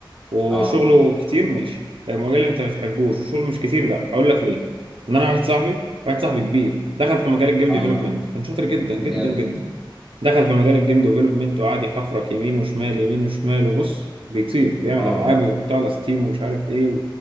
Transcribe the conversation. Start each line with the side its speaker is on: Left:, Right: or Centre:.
Right: وشغله
Centre: اه
Right: كتير ماشي لو مجال انت ما بتحبوش وشغله مش كتير لا هقول لك ليه ان انا واحد صاحبي واحد صاحبي كبير دخل في مجال الجيم
Centre: اه
Right: ديفلوبمنت كان شاطر جدا جدا
Centre: بجد
Right: جدا دخل في مجال الجيم ديفلوبمنت وقعد يحفرك يمين وشمال يمين وشمال وبص بيطير بيعمل
Centre: اه
Right: العاب ويحطها على ستيم ومش عارف ايه و...